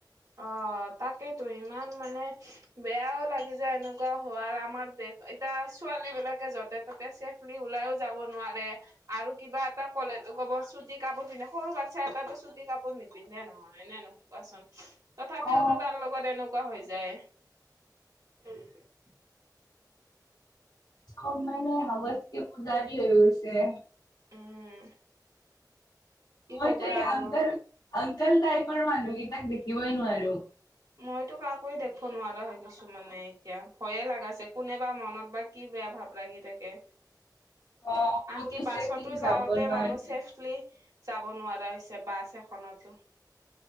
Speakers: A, on the right; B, on the left.
A: অহ তাকেইতো ইমান মানে বেয়াও লাগি যে এনেকুৱা হোৱাৰ আমাৰ দেশ এতিয়া ছোৱালী বিলাকে যত য'তে তাতে চেভলি ওলাইও যাব নোৱাৰে। আৰু কিবা এটা ক'লে কব চুটি কাপোৰ পিন্ধে সৰু বাচ্ছা এটাতো চুটি কাপোৰ নিপিন্ধে নহয় হয় নে নহয় কোৱাচোন তথাপিওতো
B: অ
A: তাৰ লগত এনেকুৱা হৈ যায় কলে যাও
B: চব মানে সৰস্বতী পূজাৰি দি হৈ গৈছে
A: উম কি
B: মইতো
A: কবা
B: এই
A: আৰু
B: আংকল আংকল টাইপৰ মানুহকেইটাক দেখিবই নোৱাৰো।
A: মইতো কাকোয়ে দেখিব নোৱাৰা হৈ গৈছো মানে এতিয়া ভয়ে লগা হৈছে কোনে বা মনত বা কি বেয়া ভাৱ ৰাখি থাকে।
B: অ কতো
A: আনকি বাছতো
B: চেফলি যাব
A: যাওঁতে
B: নোৱাৰি
A: মানুহ ছেফলি যাব নোৱাৰা হৈছে বাছ এখনতো